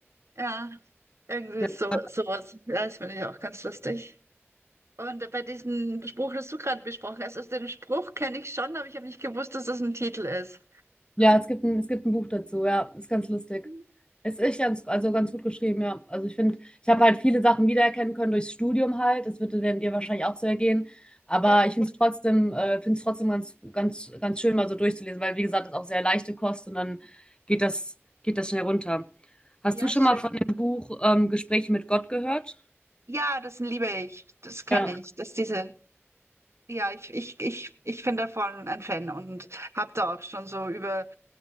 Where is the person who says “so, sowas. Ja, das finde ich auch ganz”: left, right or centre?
Right